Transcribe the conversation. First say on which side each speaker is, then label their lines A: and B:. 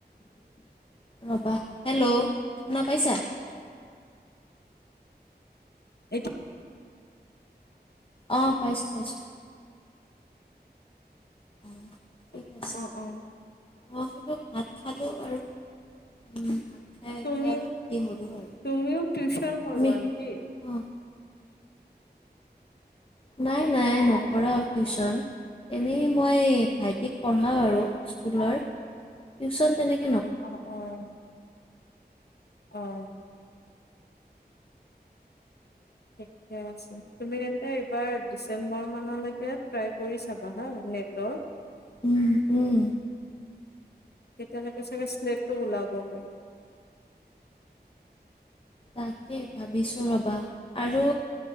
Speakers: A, on the left; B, on the left.
A: ৰবা, হেল্ল'? শুনা পাইছা?
B: এইটো
A: অ'হ পাইছোঁ। পাইছোঁ। অঁ ঠিক
B: অ।
A: আছে
B: অ।
A: অঁ বোলো ভাত খালোঁ আৰু উম, ভাত খাই এতিয়া
B: তুমি,
A: অলপ ফ্ৰী হ'লোঁ আৰু
B: তুমিও টউশন কৰোৱা
A: তুমি
B: নেকি?
A: অঁ নাই নাই নকৰাও টিউচন, এনেই মই ভাইটিক পঢ়াও আৰু স্কুলৰ। টিউচন তেনেকে
B: অহ অঁ অঁ ঠিকেই আছে, তুমি তেন্তে এইবাৰ ডিচেম্বৰ মানলৈকে ট্ৰাই কৰি চাবা হা নেটৰ।
A: উম উম
B: তেতিয়ালৈকে চাগে শ্লেটটো ওলাবগে
A: তাকেই ভাবিছো ৰবা আৰু